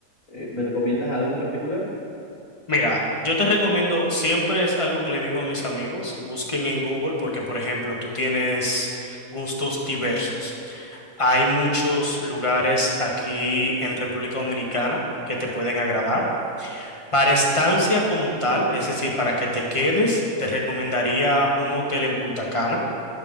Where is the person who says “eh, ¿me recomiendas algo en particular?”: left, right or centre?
Left